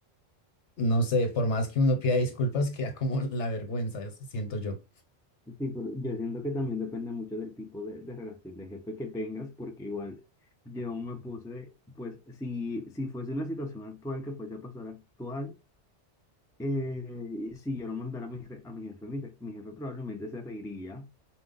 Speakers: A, on the left; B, in the centre.
A: no sé, por más que uno pida disculpas, <laughs> queda como la vergüenza, eso siento yo.
B: Sí, pero yo siento que también depende mucho del tipo de, de relación de jefe que tengas, porque igual yo me puse, pues si, si fuese una situación actual que fuese a pasar actual, eh, si yo lo mandara a mi, re- a mi jefe, mi, re- mi jefe probablemente se reiría